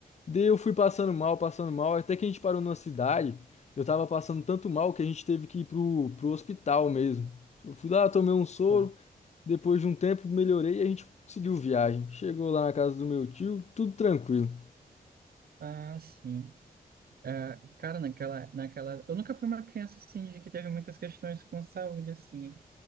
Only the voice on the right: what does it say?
tá.
Ah, sim. Ah, cara, naquela, naquela. Eu nunca fui uma criança assim de que teve muitas questões com saúde, assim,